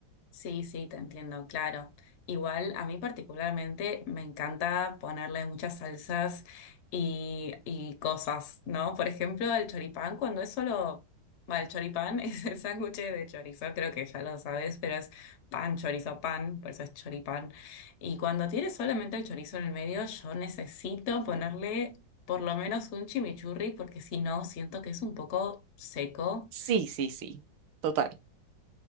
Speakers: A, on the left; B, on the right.
A: Sí, sí, te entiendo, claro. Igual a mí particularmente me encanta ponerle muchas salsas y, y cosas, ¿no? Por ejemplo, el choripán, cuando es solo, bueno, el choripán <laughs> es el sándwich de chorizo, creo que ya lo sabes, pero es pan, chorizo, pan, por eso es choripán. Y cuando tiene solamente el chorizo en el medio, yo necesito ponerle por lo menos un chimichurri, porque si no, siento que es un poco seco
B: Sí, sí, sí. Total.